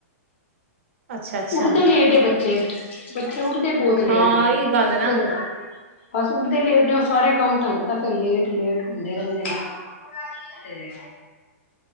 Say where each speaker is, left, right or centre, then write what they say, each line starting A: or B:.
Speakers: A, on the right; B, on the left.
A: ਅੱਛਾ-ਅੱਛਾ
B: ਉੱਠਦੇ ਲੇਟ ਏ ਬੱਚੇ। ਬੱਚੇ ਬੱਚੇ। ਤੇ ਉੱਠਦੇ ਬਹੁਤ
A: ਹਾਂ
B: ਲੇਟ ਨੇ
A: ਇਹੀ ਗੱਲ
B: ਉਹ
A: ਐ ਨਾ
B: ਫੇਰ। ਬਸ ਉੱਠਦੇ ਲੇਟ ਨੇ ਉਹ ਸਾਰੇ ਕੰਮ ਤੁਹਾਨੂੰ ਪਤਾ ਫਿਰ ਲੇਟ ਲੇਟ ਹੁੰਦੇ ਰਹਿੰਦੇ ਨੇ। ਤੇ।